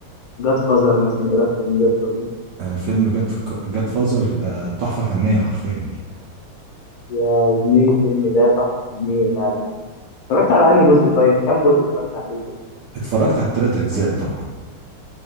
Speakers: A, on the left; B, on the right.
A: جاد فازر مثلا ايه رايك في فيلم جاد فازر
B: أه فيلم جاد جاد فازر ده تحفة فنية حرفيا يعني
A: يا زميلي الفيلم ده تحفه فنيه فعلا اتفرجت على انهي جزء طيب كام جزء اتفرجت عليه كده
B: اتفرجت على التلات أجزاء طبعا